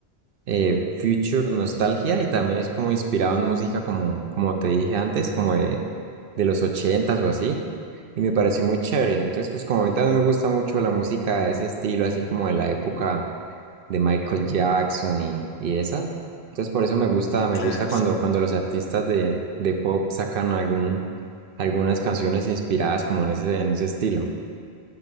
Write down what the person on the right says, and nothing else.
eh, future nostalgia y también es como inspirado en música como, como te dije antes, como de, de los ochentas o así. Y me pareció muy chévere. Entonces, pues como a mí también me gusta mucho la música de ese estilo, así como de la época de Michael Jackson y, y esa. Entonces, por eso me gusta,
me
gusta cuando,
cuando los artistas de, de pop sacan algún, algunas canciones inspiradas como en ese, en ese estilo.